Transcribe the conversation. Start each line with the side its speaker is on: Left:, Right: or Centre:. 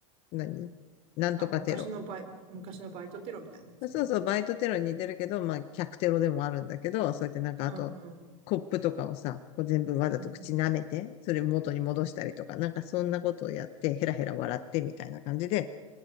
Left: 何なんとかテロ。
Right: あ、昔のバイ、昔のバイトテロみたいなやつね。
Left: そうそう、バイトテロに似てるけど、まあ、客テロでもあるんだけど、そうやってなんか、
Right: うんうん。
Left: あと、コップとかをさ、こう全部わざと口舐めて、
Right: うん。
Left: それ元に戻したりとか、なんかそんなことをやって、ヘラヘラ笑ってみたいな感じで、